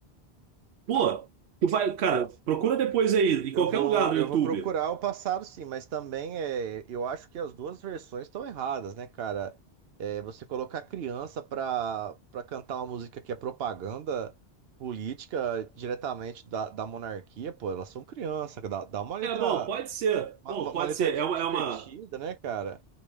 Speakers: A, on the right (about 80°); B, on the right (about 70°).
A: Pô, tu vai, cara, procura depois aí, em
B: Eu
A: qualquer
B: vou,
A: lugar no
B: eu
A: YouTube.
B: vou procurar o passado, sim, mas também é, eu acho que as duas versões estão erradas, né, cara? É, você colocar criança pra, pra cantar uma música que é propaganda política diretamente da, da monarquia, pô, elas são crianças, dá, dá uma letra,
A: É, bom, pode ser.
B: uma,
A: Bom,
B: uma- uma
A: pode
B: letra
A: ser.
B: di-
A: É uma,
B: divertida,
A: é uma,
B: né, cara?